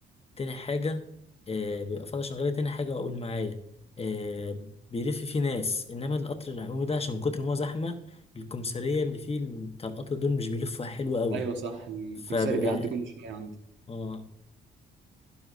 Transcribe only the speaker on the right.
ايوه صح الكمساري
بيعدي كل شوية عندي